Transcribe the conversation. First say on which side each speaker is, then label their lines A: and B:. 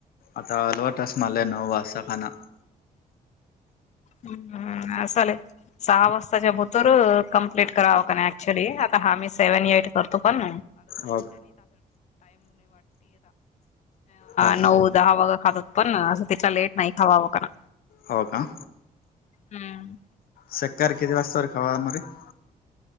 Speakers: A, on the left; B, on the left.
A: आता अलवट अस मले नो वासाखना
B: हम्म हं. ना साले सहा वाजताच्या भूतर कम्प्लीट करावं का नाही, ऍक्च्युली आता हा मी सेव्हन, एट करतो पण
A: हो हो
B: <unintelligible> दहा वागा खातात पण असं तिथला लेट नाही खावावं का
A: हो का?
B: हम्म.
A: संकार किती वाजतावर खावा <unintelligible>